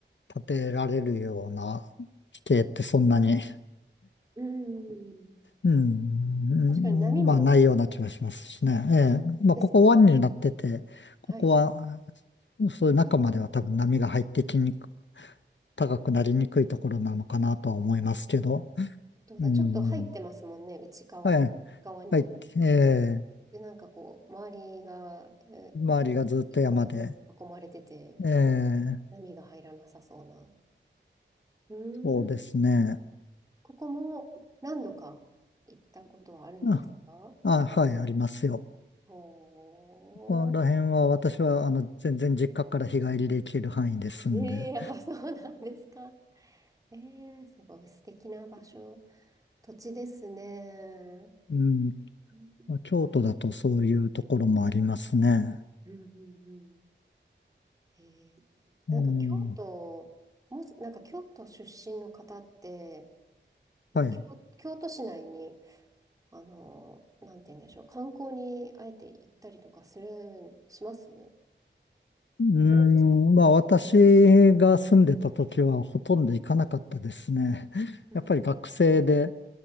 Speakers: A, on the left; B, on the right.
A: 建てられるような地形ってそんなに、
B: うん。
A: うん、
B: 確かに波も
A: うんまあないような気がしますしね。ええ、まあここ湾になってて、
B: です。
A: ここは、
B: はい。
A: そういう中までは多分波が入ってきにく、高くなりにくいところなのかなとは思いますけど。
B: 本当だ、
A: うん、
B: ちょっと入ってますもんね、内側、
A: はい、
B: 側に。
A: はい、ええ、
B: で、なんかこう、周りが、え
A: 周りがずっと山で、
B: いい感じに囲まれてて、
A: ええ、
B: 波が入らなさそうな。うーん。
A: そうですね。
B: ここも何度か行ったことはあるんですか
A: あ、あ、はい、ありますよ。
B: ほー。
A: ここら辺は私はあの全然実家から日帰りで行ける範囲ですんで、
B: ええあ、そうなんですか。ええすごい素敵な場所、土地ですね。
A: うん、
B: うん
A: まあ京都だとそういうところもありますね。
B: うんうんうんえーなんか京都、
A: うん、は
B: もし、なんか京都出身の方って、で京、
A: い。
B: 京都市内に、あのなんて言うんでしょう、観光にあえて行ったりとかする、しますする
A: うん、
B: んですか
A: まあ私が住んでた時はほとんど行かなかったですね。<laughs>
B: うん
A: やっぱり学生で